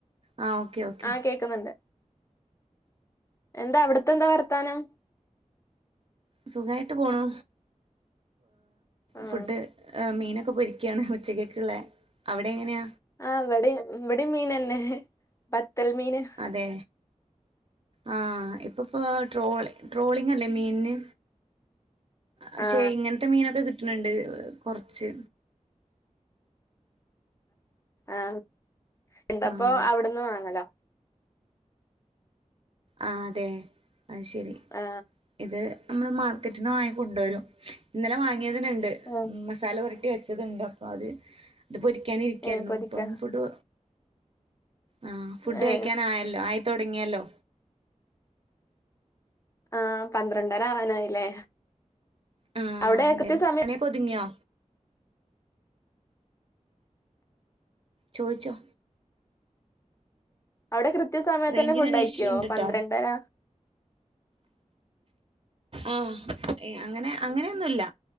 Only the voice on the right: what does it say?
ആഹ് ഓക്കെ ഓക്കെ
സുഖായിട്ട് പോണു
ഫുഡ് മീനൊക്കെ പൊരി ക്കാണ് ഉച്ചകൾക്കുള്ളെ അവിടെ എങ്ങനെയാ
അതെ ആ ഇപ്പപ്പ ട്രോ ട്രോളിങ് അല്ലേ മീന് പക്ഷെ
ഇങ്ങനത്തെ മീനൊക്കെ കിട്ടണണ്ട് കുറച്ച്
ആഹ്
ആ അതെ അയ് ശരി
ഇത് നമ്മള് മാർക്കറ്റിൽ നിന്ന് വാങ്ങിക്കണ്ട വരും ഇന്നലെ വാങ്ങിയതിനെ ഇണ്ട്
ഇമ്മ മസാല പുരട്ടി വെച്ചതുണ്ട് അപ്പൊ അത് ഇത് പൊരിക്കാന ഇരിക്കായിരുന്നു
ഇപ്പം ഫുഡ് ആഹ് ഫുഡ്
കഴിക്കാൻ ആയല്ലോ ആയി തുടങ്ങിയല്ലോ
ആ
അതെ
പണി ഒതുങ്ങിയോ ചോയ്ച്ചോ?
റേഞ്ചിനൊരു
ഇഷ്യൂ ഉണ്ട്ട്ടോ
ആഹ് ഏ അങ്ങനെ അങ്ങനെയൊന്നുല്ല.